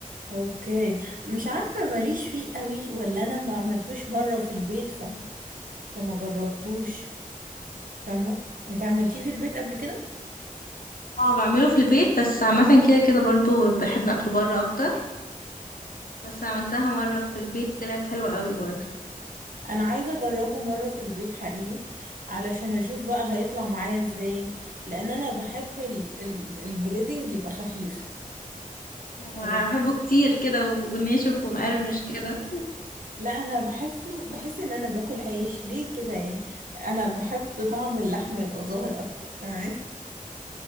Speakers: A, on the right; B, on the left.
A: اوكي مش عارفه ماليش فيه قوي ولا انا ما عملتوش مره في البيت ف... فما جربتوش فاهمه انت عملتيه في البيت قبل كده
B: اه بعمله في البيت بس عامة كده كده برضو بحب أكله بره أكتر بس عملتها مرة في البيت طلعت حلوة قوي برضو
A: انا عايزه اجربه مره في البيت حقيقي علشان اشوف بقى هيطلع معايا ازاي لان انا بحب ال... ال... البريدنج يبقى خفيف
B: لا، انا
A: أنا بحب
B: بحبه كتير كده و- وناشف ومقرمش كده
A: لا انا بحسه بحس ان انا باكل عيش ليه كده يعني انا بحب طعم اللحمه يبقى ظاهر اكتر فاهماني <laughs>